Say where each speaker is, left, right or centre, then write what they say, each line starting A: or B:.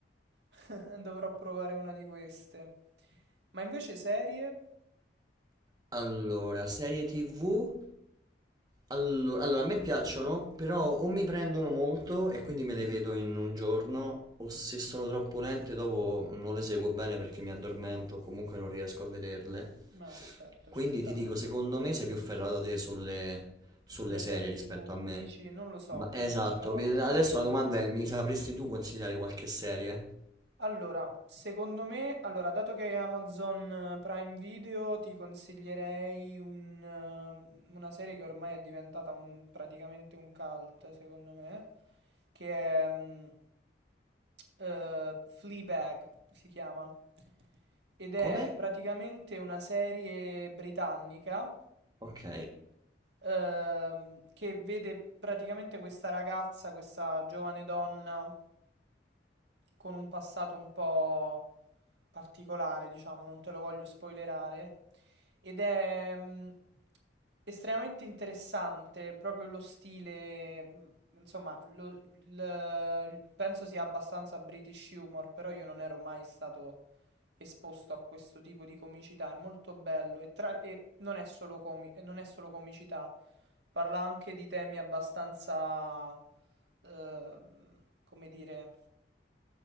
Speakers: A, on the right (about 75°); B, on the right (about 20°).
A: <laughs> dovrò provare una di queste. Ma invece serie?
B: Allora, serie TV. Allo- Allora, allora, a me piacciono, però o mi prendono molto e quindi me le vedo in un giorno, o se sono troppo lente dopo non le seguo bene perché mi addormento, comunque non riesco a vederle.
A: Ma certo,
B: Quindi
A: ci sta.
B: ti dico, secondo me sei più ferrato te sulle, sulle
A: Sulle
B: serie
A: serie TV
B: rispetto a me.
A: dici, non lo so,
B: Ma esatto,
A: questo no.
B: mi- adesso la domanda è, mi sapresti tu consigliare qualche serie?
A: Allora, secondo me, allora, dato che è Amazon eh, Prime Video, ti consiglierei un, eh, una serie che ormai è diventata un- praticamente un cult, secondo me, che è mm, eh, Fleabag, si chiama, ed è
B: Come?
A: praticamente una serie britannica
B: Ok.
A: ehm, che vede praticamente questa ragazza, questa giovane donna con un passato un po' particolare, diciamo, non te lo voglio spoilerare. Ed è mh, estremamente interessante proprio lo stile, mh, insomma, lo- il- penso sia abbastanza British humor, però io non ero mai stato esposto a questo tipo di comicità, è molto bello e, tra- e non è solo comi- e non è solo comicità, parla anche di temi abbastanza, ehm, come dire